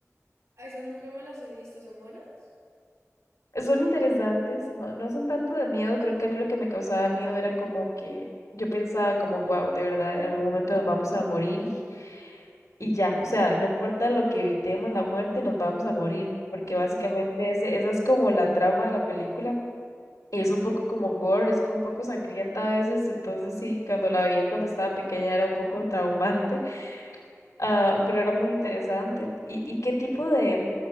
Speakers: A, on the right; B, on the left.
A: A esas nunca me las he visto, ¿son buenas?
B: Son interesantes, no, no son tanto de miedo, creo que a mí lo que me causaba miedo era como que yo pensaba como, wow, de verdad, en algún momento nos vamos a morir y, y ya, o sea, no importa lo que evitemos la muerte, nos vamos a morir, porque básicamente ese, esa es como la trama de la película y es un poco como gore, es un poco sangrienta a veces, entonces sí, cuando la veía cuando estaba pequeña era un poco traumante Ah, pero era muy interesante. ¿Y, y qué tipo de,